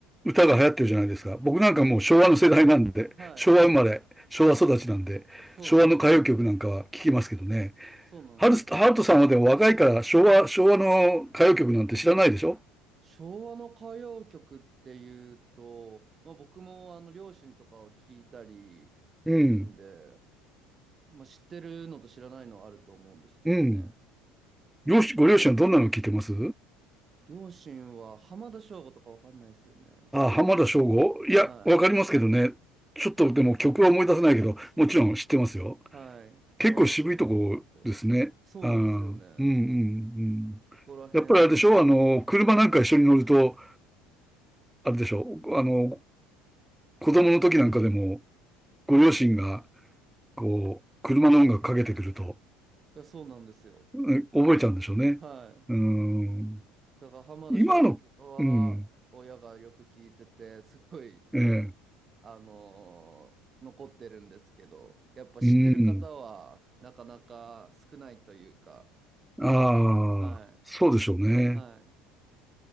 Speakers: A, in the centre; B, on the right (about 30°).
A: 歌が流行ってるじゃないですか。僕なんかもう昭和の世代なんで、
B: はい。
A: 昭和生まれ、昭和育ちなんで、
B: そうなんですね。
A: 昭和の歌謡曲なんかは聞きますけどね。
B: そうなんですね。
A: ハルス、ハルトさんはでも若いから昭和、昭和の歌謡曲なんて知らないでしょ
B: 昭和の歌謡曲っていうと、まあ、僕もあの両親とかを聞いたりするんで、
A: うん、
B: まあ、知ってるのと知らないのあると思うんですけどね。
A: うん。両親、ご両親はどんなの聞いてます
B: 両親は浜田省吾とかわかんないですよね。
A: あ、浜田省吾いや、
B: は
A: わかりますけどね。ちょっとでも曲は思い出せないけど、もちろん知ってますよ。
B: い。はい。浜田省吾聞いたり。
A: 結構渋いとこですね。
B: そうなんですよね。
A: あー、うんうんうん。
B: そこら辺、
A: やっぱりあれでしょあの、
B: い
A: 車なんか一緒に乗ると、あれでしょあの、子供の時なんかでも、ご両親が、こう、車の音楽かけてくると、
B: や、そうなんですよ。
A: うん覚えちゃうんでしょうね。
B: は
A: うん。
B: い。だから浜田省吾とかは親がよく聞いてて、
A: 今の、うん、
B: すごい、
A: ええ、
B: あのー残ってるんですけど、やっぱ知ってる方はなかなか少ないというか、
A: うん。ああ、
B: はい。
A: そうでしょうね。
B: はい。